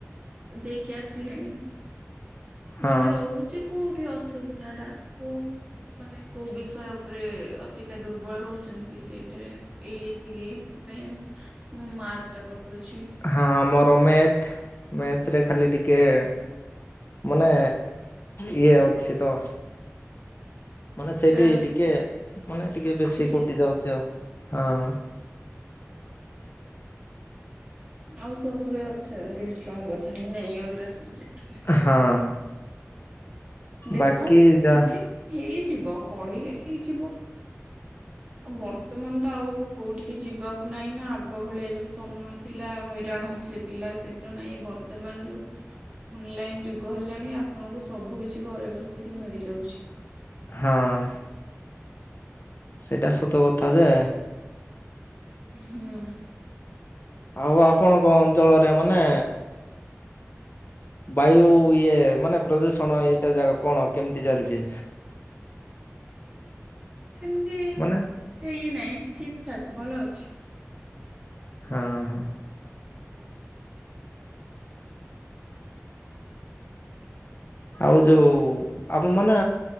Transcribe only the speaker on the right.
ଦେଇକି ଆସିଲେଣି।
ମାନେ ରୋହୁଚି କୋଉଠି ଅସୁବିଧା ଟା କୋଉ ମାନେ କୋଉ ବିଷୟ ଓପୋରେ ଅଧିକା ଦୁର୍ବଳ ରୋହୁଚନ୍ତି କି ସେଇଥିରେ। ଏଇ ଏତିକି ଏଇ ଏଥିପାଇଁ ଆମ୍ ଉଁ ମାର୍କ ଟା କଟୁଛି।
ଆଁ
ବୁଝିଲି।
ଆଉ ସବୁରେ ଅଛେନ୍ତି ଷ୍ଟ୍ରଙ୍ଗ ଅଛନ୍ତି ନାଇଁ ଅଲଗା ସବଜେକ୍ଟରେ।
ଦେଖ
କିଛି ହେଇଯିବ ପଢ଼ିଲେ ହେଇଯିବ। ବର୍ତ୍ତମାନ ତ ଆଉ କୋଉଠିକି ଯିବାକୁ ନାଇଁ ନା ଆଗ ଭଳିଆ ଯୋଉ ସମୟ ଥିଲା ହଇରାଣ ହୋଉଥିଲେ। ପିଲା <unintelligible> ନାହିଁ ଏ ବର୍ତ୍ତମାନ ଯୋଉ ଅନଲାଇନ୍ ଯୁଗ ହେଲାଣି ଆପଣଙ୍କୁ ସବୁ କିିଛି ଘରେ ବସିକି ମିଳିଯାଉଛି।
ହୁଁ।
ସେମିତି ଏତେ
ଇଏ ନାହିଁ ଠିକ୍ ଠାକ୍ ଭଲ ଅଛି।